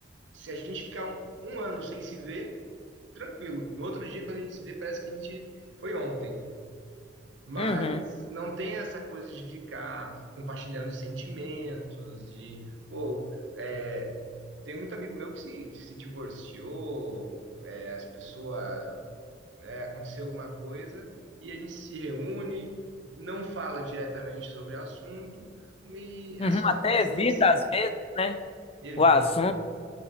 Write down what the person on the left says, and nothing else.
uhum.
uhum.
Até
evita, às vezes, né?
O assunto.